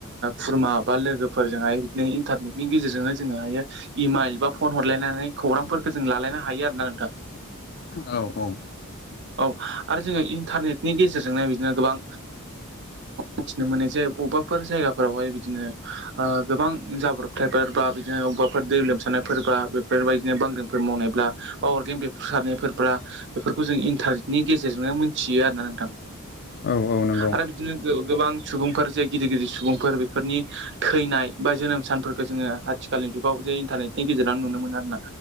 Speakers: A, on the right; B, on the left.
A: खुरमा बा लोगोफोरजोंहाय बिदिनो इन्टारनेटनि गेजेरजोंनो जोंङो हायो इमाइल बा फन हरलायनानै खौरांफोरखौ जों लालायनो हायो आरो ना नोंथां
B: औ औ
A: औ आरो जोंङो इन्टारनेट नि गेजेरजोंनो बिदिनो गोबां मिथिनो मोनो जे बबेबाफोर जायगाफोरावहाय बिदिनो ओ गोबां जाब्रब फिथथायफोरबा बिदिनो अबेबाफोर दै लोमसानायफोरबा बेफोरबायदि बिदिनो बांग्रिंफोर मावनायब्ला अरगें बे <unintelligible> फोरब्ला बेफोरखौ जों इन्टारनेटनि गेजेरजोंनो मोनथियो आरो ना नोंथां
B: औ औ नंगौ
A: आरो बिदिनो गो गोबां सुबुंफोर जे गिदिर गिदिर सुबुंफोर बेफोरनि थैनाय बा जोनोम सानफोरखौ जोंङो आथिखालनि जुगाव जे इन्टारनेटनि गेजेराव नुनो मोन आरोना